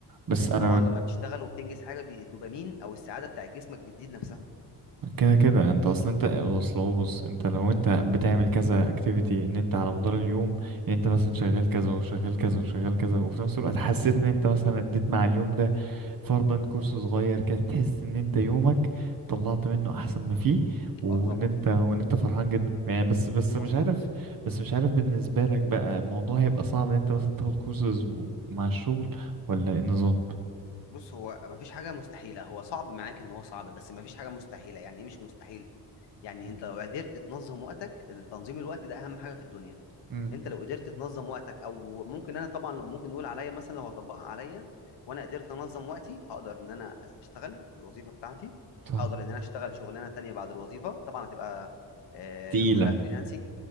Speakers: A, on the right; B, on the left.
A: بس
B: انت
A: انا
B: طبعا لما
A: بك...
B: بتشتغل وبتنجز حاجه بي- الدوبامين او السعاده بتاع جسمك بتزيد نفسها
A: كده كده انت اصلا انت اصل هو بص انت لو انت بتعمل كذا اكتيفيتي ان انت على مدار اليوم ان انت مثلا شغال كذا وشغال كذا وشغال كذا وفي نفس الوقت حسيت ان انت مثلا اديت مع اليوم ده فرضا كورس صغير كده تحس ان انت يومك طلعت منه احسن ما فيه وان
B: اه طبعا
A: انت وان انت فرحان جدا يعني بس بس
B: مظبوط
A: مش عارف بس مش عارف بالنسبة لك بقى الموضوع هيبقى صعب ان انت مثلا تاخد كورسز مع الشغل ولا ايه النظام
B: بص هو مفيش حاجة مستحيلة هو صعب معاك ان هو صعب بس مفيش حاجة مستحيلة يعني ايه مش مستحيل يعني
A: مم.
B: انت لو قدرت تنظم وقتك التنظيم الوقت ده اهم حاجة في الدنيا
A: مم.
B: انت لو قدرت تنظم وقتك او ممكن انا طبعا لو ممكن نقول عليا مثلا لو هطبقها عليا وانا قدرت انظم وقتي هقدر ان انا اشتغل في الوظيفه بتاعتي
A: صح
B: هقدر ان انا اشتغل شغلانه تانية بعد الوظيفه طبعا هتبقى آه،
A: تقيلة
B: كلها فريلانسنج